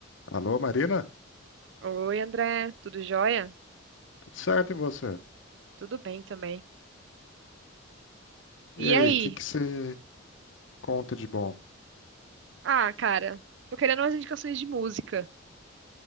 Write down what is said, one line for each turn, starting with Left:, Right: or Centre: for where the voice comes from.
Left: Alô, Marina?
Right: Oi, André, tudo jóia?
Left: Tudo certo e você?
Right: Tudo bem também.
Left: E
Right: E
Left: aí,
Right: aí?
Left: o que que você conta de bom?
Right: Ah, cara, tô querendo umas indicações de música,